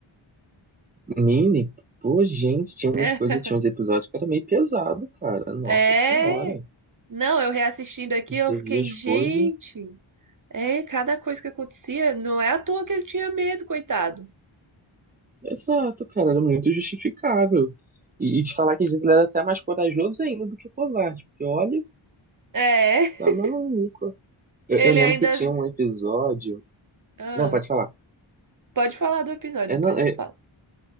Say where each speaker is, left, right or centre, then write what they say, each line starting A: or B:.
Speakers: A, on the right; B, on the right.
A: Mini, pô, gente, tinha umas
B: <laughs>
A: coisas, tinha uns
B: É.
A: episódios que era meio pesado, cara. Nossa
B: É,
A: senhora.
B: não, eu reassistindo aqui,
A: Você
B: eu fiquei,
A: via as
B: gente,
A: coisas.
B: é, cada coisa que acontecia, não é à toa que ele tinha medo, coitado.
A: Exato, cara, era muito justificável. E, e te falar que às vezes ele era até mais corajoso ainda do que covarde. Porque olha,
B: É,
A: tá
B: <laughs>
A: maluco. Eu,
B: ele
A: eu lembro
B: ainda.
A: que tinha um episódio.
B: Ah,
A: Não, pode falar.
B: pode falar do episódio,
A: É,
B: depois
A: não,
B: eu
A: é,
B: falo.